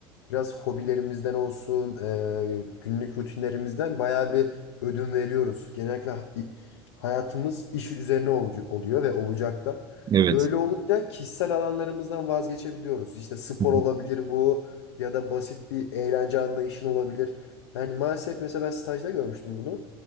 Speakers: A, on the left; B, on the right.
A: biraz hobilerimizden olsun, e, günlük rutinlerimizden bayağı bir ödün veriyoruz. Genellikle ha- i- hayatımız iş üzerine olucu- oluyor ve olacak da.
B: Evet.
A: Böyle olunca kişisel alanlarımızdan vazgeçebiliyoruz. İşte spor
B: Hı hı.
A: olabilir bu ya da basit bir eğlence anlayışın olabilir. Yani maalesef mesela ben stajda görmüştüm bunu.